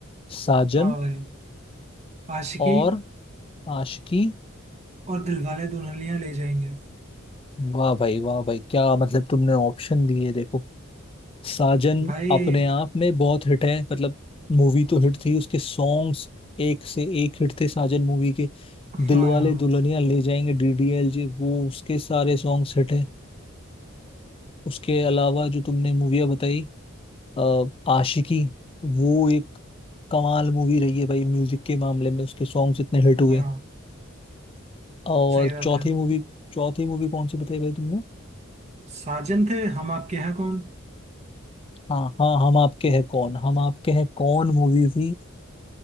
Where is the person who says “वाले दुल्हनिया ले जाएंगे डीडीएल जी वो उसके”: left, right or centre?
Left